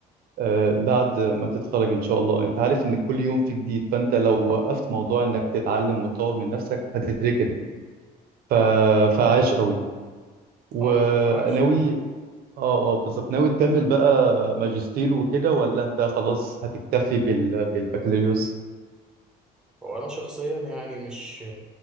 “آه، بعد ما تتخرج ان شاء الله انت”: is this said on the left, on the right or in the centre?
Right